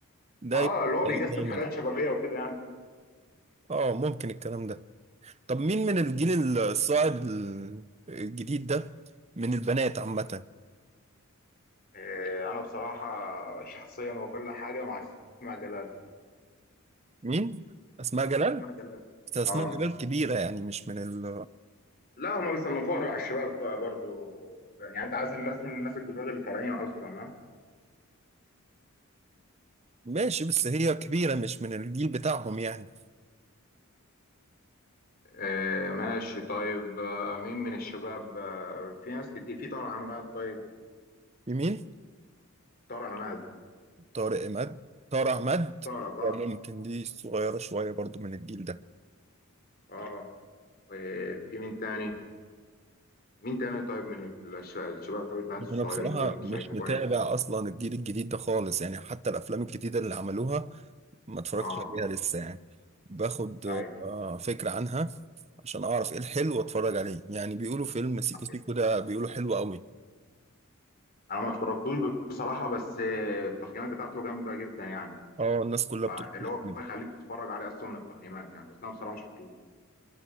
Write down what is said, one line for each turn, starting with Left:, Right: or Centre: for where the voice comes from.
Right: ده
Left: اه
Right: يبقى
Left: اللي هو بيجسد
Right: الجامد
Left: حاجات شبابية وكده يعني
Right: اه ممكن الكلام ده طب مين من الجيل الصاعد ال- الجديد ده من البنات عامة
Left: إيه انا بصراحة شخصيا وكل حاجة مع اسماء جلال
Right: مين؟ أسماء جلال؟
Left: اسماء جلال
Right: بس أسماء
Left: اه
Right: جلال كبيرة يعني مش من ال
Left: لا هما بيصنفوها تبع الشباب بقى برضو يعني انت عايز الناس من الناس الجداد اللي طالعين اصلا ها
Right: ماشي بس هي كبيرة مش من الجيل بتاعهم يعني
Left: آه ماشي طيب آه مين من الشباب آه في ناس كتير في طارق عماد طيب
Right: في مين؟
Left: طارق عماد
Right: طارق إمد طارق أحمد
Left: طارق طارق
Right: آه، ممكن دي صغيرة شوية برضو من الجيل ده
Left: اه آه، في مين تاني مين تاني طيب من الش- الشباب البنات الصغيرين
Right: أنا بصراحة
Left: طيب انت
Right: مش
Left: شايفه
Right: متابع
Left: كويس
Right: أصلا الجيل الجديد ده خالص يعني حتى الأفلام الجديدة اللي عملوها ما اتفرجتش
Left: اه
Right: عليها لسه يعني باخد
Left: طيب
Right: آه، فكرة عنها عشان أعرف إيه الحلو وأتفرج عليه يعني بيقولوا فيلم سيكو
Left: طيب
Right: سيكو ده بيقولوا حلو قوي
Left: انا ما اتفرجتوش بصراحه بس آه، التقييمات بتاعته جامده جدا يعني
Right: اه الناس كلها
Left: فاللي
Right: بتشكر
Left: هو
Right: فيه
Left: يخليك تتفرج عليه اصلا من التقييمات يعني بس انا بصراحه ما شفتوش